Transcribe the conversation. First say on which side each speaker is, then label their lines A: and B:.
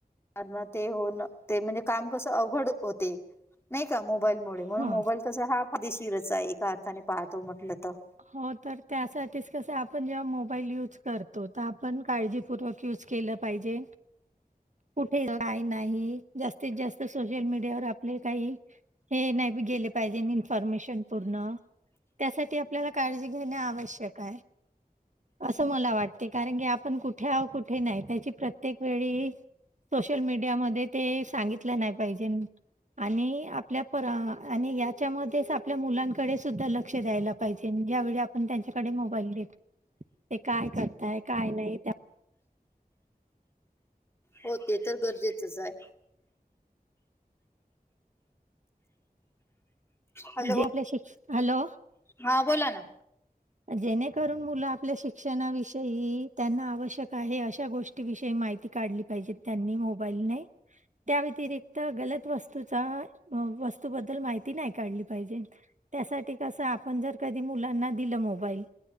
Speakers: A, on the left; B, on the right.
A: अण ते होन ते म्हणजे काम कसं अवघड होते. नाही का मोबाईलमुळे म्हणूनमोबाईल
B: हां
A: तसा हा फायदेशीरच आहे एका अर्थाने पाहतो म्हटलं तर-
B: हो तर त्यासाठीच कस आपण जेव्हा मोबाईल यूज करतो, तर आपण काळजीपूर्वक- यूज केलं पाहिजे. कुठे काय नाही. जास्तीत जास्त सोशल मीडियावर आपले काही- हे नाही गेले पाहिजे इन्फॉर्मेशन पूर्ण. त्यासाठी आपल्याला काळजी घेणे आवश्यक आहे. असं मला वाटते कारण की आपण कुठे आह कुठे नाही त्याची प्रत्येक वेळी- सोशल मीडियामध्ये ते सांगितलं नाही पाहिजे, आणि आपल्या- प आणि यांच्यामध्यें आपल्या मुलांकडे सुद्धा लक्ष द्यायला पाहिजे ज्यावेळी- आपण त्यांच्याकडे मोबाईल देतो, ते काय करताय काय नाही.
A: हो ते तर गरजेचच आहे. हॅलो!
B: जे आपल्या शिक्ष हॅलो
A: हा बोला ना?
B: जेणेकरून मुलं आपल्या शिक्षणाविषयी त्यांना आवश्यक आहे अशा गोष्टी- विषयी माहिती काढली पाहिजे त्यांनी मोबाईल ने- त्या व्यतिरिक्त गलत वस्तूचा वस्तूबद्दल माहिती नाही काढली पाहिजे. त्यासाठी कसं आपण जर कधी मुलांना दिलं मोबाईल,